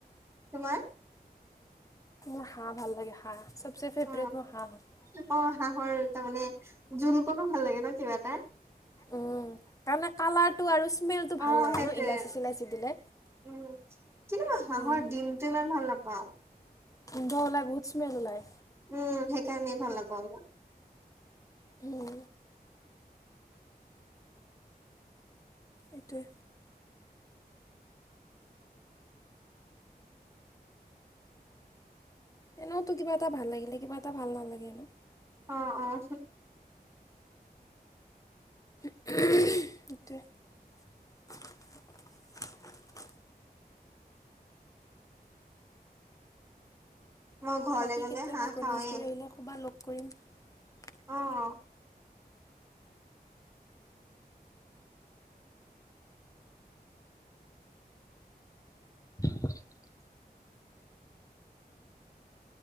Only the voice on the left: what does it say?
মোৰ হাঁহ ভাল লাগে হাঁহ। চবচে ফেভৰেট
মোৰ হাঁহ হয়।
উম তাৰমানে কালাৰটো আৰু স্মেলটো
ভাল লাগে
ন ইলাচি চিলাচি দিলে
উম
গোন্ধ উলাই বহুত ম্মেল উলাই।
উ <unintelligible> এইটোৱে এনেতো কিবা এটা ভাল লাগিলে কিবা এটা ভাল নালাগেই।
উমহ
বাকী
কেতিয়াবা
গণেশগুৰি
আহিলে <inaudible>
<inaudible>